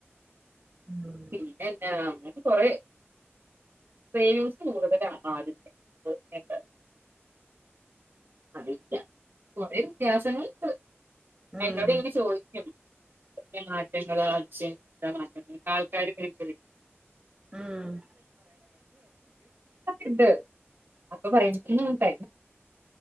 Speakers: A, on the right; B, on the right.
A: ഉം
B: പി നമ്മ കൊറ <unintelligible> കൂടുതല ആദ്യ <unintelligible> അതിക്ക കൊറെ വ്യത്യാസങ്ങൾ ഉണ്ട്
A: ഉം
B: എന്നോട് എനിക്ക് ചോദി ക്കും മാറ്റങ്ങ അഛ എാ മാറ്റങ്ങ ആൾക്കാർ എന
A: ഉം
B: ണ്ട് അപ്പൊ പറയണ്ടോ <unintelligible>